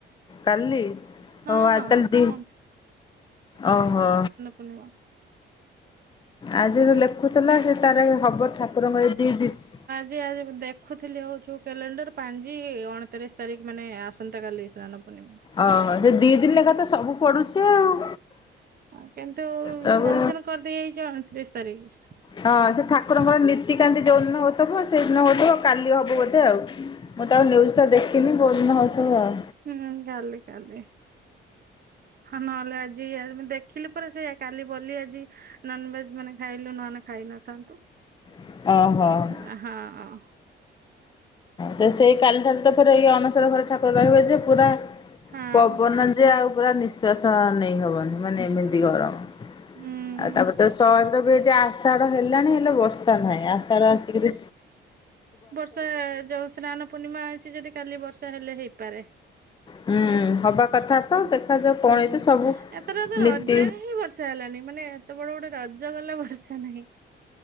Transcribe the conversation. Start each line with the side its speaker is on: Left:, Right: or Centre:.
Left: କାଲି!
Right: ହଁ
Left: ଓ ଆ ତାଲେ ଦି
Right: କଣ
Left: ଓହୋ।
Right: ପୁଣ୍ୟ।
Left: ଆଜି ଯୋ ଲେଖୁଥିଲା ସେ ତାର ହବ ଠାକୁରଙ୍କର ଦି ଦିନ
Right: ଯେ ଆଜି ମୁ ଦେଖୁଥିଲି ହଉଚୁ କ୍ୟାଲେଣ୍ଡର ପାଞ୍ଜି ଅଣତିରିଶ ତାରିଖ ମାନେ ଆସନ୍ତା କଲି ସ୍ନାନ ପୂର୍ଣ୍ଣିମା।
Left: ଓହୋ ସେ ଦି ଦିନ ଲେଖା ତ ସବୁ ପଡୁଛି ଆଉ।
Right: ହଁ କିନ୍ତୁ
Left: ସବୁ
Right: ମେନସନ କରିଦେଇଯାଇଛି ଅଣତିରିଶ ତାରିଖ।
Left: ହଁ ସେ ଠାକୁରଙ୍କର ନୀତିକାନ୍ତି ଯୋଉଦିନ ହଉଥିବ ସେଇଦିନ ହଉଥିବ କାଲି ହବ ବୋଧେ ଆଉ। ମୁଁ ତ ଆଉ ନ୍ୟୁଜ୍ଟା ଦେଖିନି ଭହୁଲ ନେଉ <inaudible> ଥବ ଆଉ।
Right: ହୁଁ କାଲି କାଲି ନହେଲେ ଆଜି ଯ ଦେଖିଲି ପୁରା ସେଇ କାଲି ବୋଲି ଆଜି ନନଭେଜ ମାନେ ଖାଇଲୁ ନୂହେନେ ଖାଇ ନଥାନ୍ତୁ। ହଁ
Left: ଆଉ ଓହୋ। ସେ ସେଇ କାଲି ଠାରୁ ତ ଫେରେ ଏଇ ଅନସର ଘରେ ଠାକୁର ରହିବେ ଯେ ପୁରା
Right: ହଁ
Left: ପବନ ଯେ ଆଉ ପୁରା ନିଃଶ୍ଵାସ ନେଇ ହବନି ମାନେ ଏମିତି ଗରମ।
Right: ହୁଁ
Left: ଆଉ ତାପରେ ତ ସହଜ ବି ହେଠି ଆସ ଆଷାଢ ହେଲାଣି ହେଲେ ବର୍ଷା ନାହିଁ ଆଷାଢ ଆସିକରି
Right: ସେ ଯୋଉ ସ୍ନାନ ପୂର୍ଣ୍ଣିମା ଅଛି ଯଦି କାଲି ବର୍ଷା ହେଲେ ହେଇପାରେ।
Left: ହୁଁ
Right: ସେଇଆ
Left: ହବା କଥା ତ ଦେଖାଯାଉ କଣ
Right: ହୁଁ
Left: ଏତ ସବୁ
Right: ଏଥର ତ ରଜରେ
Left: ନୀତି
Right: ହିଁ ବର୍ଷା ହେଲାନି ମାନେ ଏତେ ବଡ ଗୋଟେ ରଜ ଗଲା ବର୍ଷା ନାହିଁ।